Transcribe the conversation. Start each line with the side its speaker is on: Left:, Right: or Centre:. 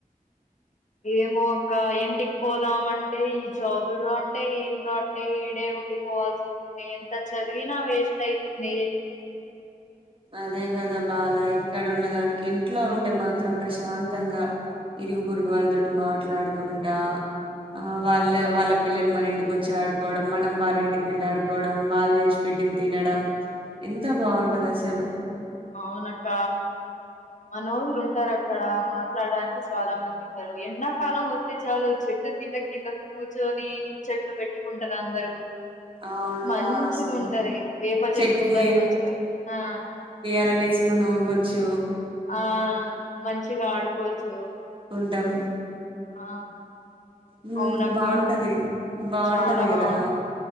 Left: ఏమోక్క ఎంటి పోదామంటే ఈ జాబులు రాట్టే ఏం రాట్టే ఈడే ఉండిపోవాల్సి వస్తుంది ఎంత చదివినా వేస్ట్ అయితుంది
Right: అదే కదా బాధ ఇక్కడ ఉన్నదానికి ఇంట్లో ఉంటే మాత్రం ప్రశాంతంగా, ఇరుగు పురుగు వాళ్ళతోటి మాట్లాడుకుంటా, ఆ వాళ్ళ వాళ్ళ పిల్లలు మన ఇంటికి వచ్చి ఆడుకోవడం, మనం వాళ్ళ ఇంటికి వెళ్ళి ఆడుకోవడం, వాళ్ళు చేసి పెట్టిన తినడం ఎంత బాగుంటంది. లు
Left: అవునక్క మనోహలు ఉంటారు అక్కడ మాట్లాడడానికి చలా మంది ఉంటారు, ఎండాకాలం వస్తే చాలు చెట్టు కింద కింద కూర్చొని ముచ్చట్లు పెట్టుకుంటారు అందరు
Right: అవునురా
Left: మంచిగా
Right: అసలు
Left: ఉంటది వేప చెట్టు
Right: చెట్టుకు
Left: ఉంటాల మంచిగా ఆ
Right: లలు వేసుకొని పోవొచ్చు
Left: ఆ మంచిగా ఆడుకోవచ్చు
Right: ద్దం
Left: ఆ
Right: మ్
Left: అవునక్క
Right: బాగుంటది బాగుంటది
Left: చాలా
Right: కదా
Left: బాగుంటది